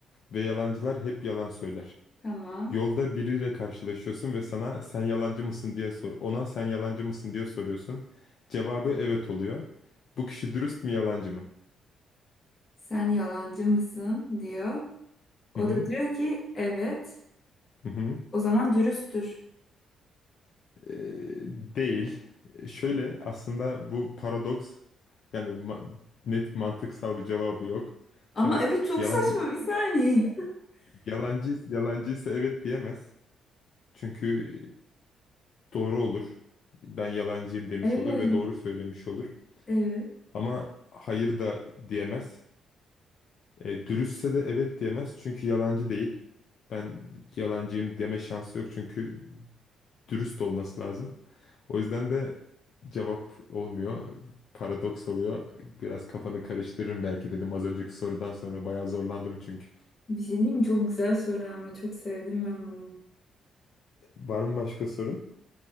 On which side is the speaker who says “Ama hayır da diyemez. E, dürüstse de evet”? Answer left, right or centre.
Left